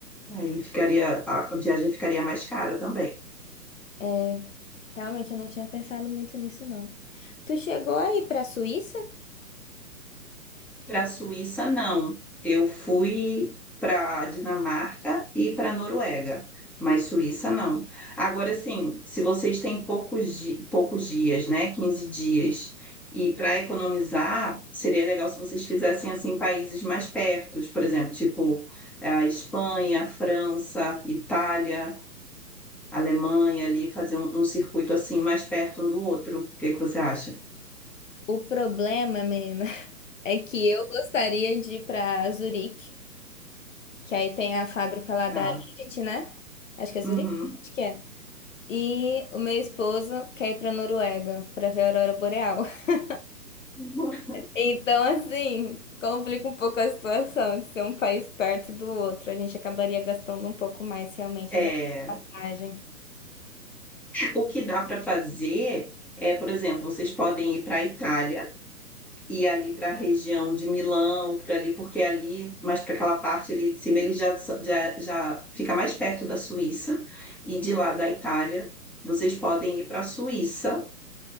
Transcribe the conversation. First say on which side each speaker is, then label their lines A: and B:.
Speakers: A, in the centre; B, on the left (about 50°).
A: aí ficaria, a a viagem ficaria mais cara também.
B: É, realmente eu não tinha pensado muito nisso, não. Tu chegou aí pra Suíça?
A: Para a Suíça, não. Eu fui para a Dinamarca e para a Noruega, mas Suíça não. Agora sim, se vocês têm poucos, di- poucos dias, né, 15 dias, e para economizar, seria legal se vocês fizessem assim países mais pertos, por exemplo, tipo a Espanha, França, Itália, Alemanha ali, fazer um, um circuito assim mais perto um do outro. O que que você acha?
B: O problema, menina, <laughs> é que eu gostaria de ir pra Zurique, que aí tem a fábrica lá
A: Tá.
B: da Lindt, né? Acho que é Zurique?
A: Uhum.
B: Acho que é. E o meu esposo quer ir pra Noruega pra ver a aurora boreal. <laughs>
A: <laughs>
B: Então, assim, complica um pouco a situação de ser um país perto do outro. A gente acabaria gastando um pouco mais, realmente,
A: É,
B: ainda com passagem.
A: O que dá para fazer é, por exemplo, vocês podem ir para a Itália e ali para a região de Milão, por ali, porque ali, mais para aquela parte ali de cima, ele já, já, já fica mais perto da Suíça, e de lá da Itália, vocês podem ir para a Suíça